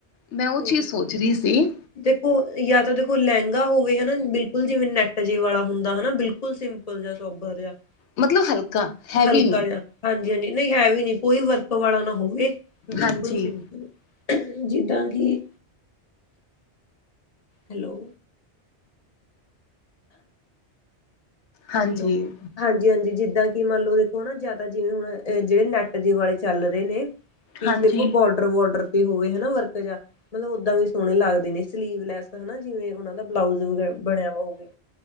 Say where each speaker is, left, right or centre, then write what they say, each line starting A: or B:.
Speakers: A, on the left; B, on the left.
A: ਮੈਂ ਉਹ
B: ਹਮ
A: ਚੀਜ਼ ਸੋਚ ਰਹੀ ਸੀ।
B: ਦੇਖੋ, ਜਾਂ ਤਾਂ ਦੇਖੋ ਲਹਿਗਾ ਹੋਵੇ, ਹਨਾ। ਬਿਲਕੁਲ ਜਿਵੇ ਨੈਟ ਜੇ ਵਾਲਾ ਹੁੰਦਾ ਹਨਾ। ਬਿਲਕੁਲ ਸਿੰਪਲ। ਲ ਜਾਹਾ ਸੌਬਰ ਜਿਹਾ। <unintelligible>
A: ਮਤਲਬ ਹਲਕਾ ਹੈਵੀ
B: ਹਲਕਾ
A: ਨਹੀਂ।
B: ਜਹਾ। ਹਾਂਜੀ- ਹਾਂਜੀ ਨਹੀ ਹੈ ਵੀ ਨਹੀ, ਕੋਈ ਵਰਕ ਵਾਲਾ ਨਾ ਹੋਵੇ। ਬਿਲਕੁਲ
A: ਹਾਂਜੀ,
B: ਸਿੰਪਲ, ਜਿੱਦਾਂ ਕਿ- ਹੈਲੋ,
A: ਹਾਂਜੀ,
B: ਹਲੋ, ਹਾਂਜੀ- ਹਾਂਜੀ। ਜਿੱਦਾਂ- ਕਿ ਮੰਨਲਓ ਦੇਖੋ ਨਾ, ਜਿਆਦਾ ਜਿਵੇ ਹੁਣ ਜਿਹੜੇ ਨੈਟ ਦੇ ਵਾਲਲੇ ਚਲ ਰਹੇ ਨੇ, ਕਿ
A: ਹਾਂਜੀ
B: ਸਿਰਫ ਬੋਡਰ ਡਵੋਡਰ ਤੇ ਹੋਵੇ ਹਨਾ, ਵਰਕ ਜਾ- ਮਤਲਬ ਓਦਾ ਵੀ ਸੋਹਣੇ ਲੱਗਦੇ ਨੇ ਸਲੀਵਲੈਸ ਹਨਾ, ਜਿਵੇ ਉਹਨਾਂ ਦਾ ਬਲਾਊਜ ਬਣਿਆ ਵਾ ਹੋਵੇ।